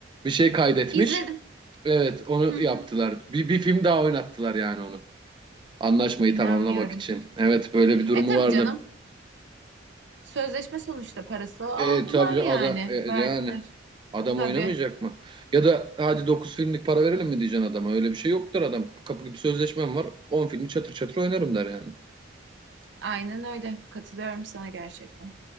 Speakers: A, on the right (about 25°); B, on the right (about 70°).
A: Bir şey kaydetmiş.
B: İzledim.
A: Evet onu
B: Hı hı.
A: yaptılar. Bir, bir film daha oynattılar yani onu. Anlaşmayı
B: İnanmıyorum.
A: tamamlamak için. Evet böyle bir durumu
B: E tabii
A: vardı.
B: canım. Sözleşme sonuçta parası aldılar
A: E, tabii
B: yani.
A: adam e, yani
B: Verdiler.
A: adam
B: Tabii.
A: oynamayacak mı? Ya da hadi 9 filmlik para verelim mi diyeceksin adama? Öyle bir şey yoktur adam. Kapı gibi sözleşmem var. on filmi çatır çatır oynarım der yani.
B: Aynen öyle. Katılıyorum sana gerçekten.